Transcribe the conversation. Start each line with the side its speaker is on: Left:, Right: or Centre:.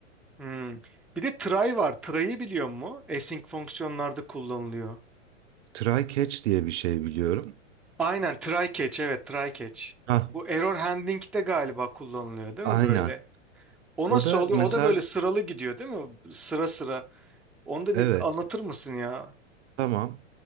Centre: Hmm. Bir de try var. Try'ı biliyor mu? Async fonksiyonlarda kullanılıyor.
Right: Try catch diye bir şey biliyorum.
Centre: Aynen try catch evet try catch.
Right: Hah,
Centre: Bu error handling de galiba kullanılıyor değil
Right: aynen.
Centre: mi böyle? O
Right: O
Centre: nasıl
Right: da
Centre: oluyor?
Right: mesela
Centre: O da böyle sıralı gidiyor değil mi? Sıra sıra. Onu da
Right: evet
Centre: bir anlatır mısın ya?
Right: tamam.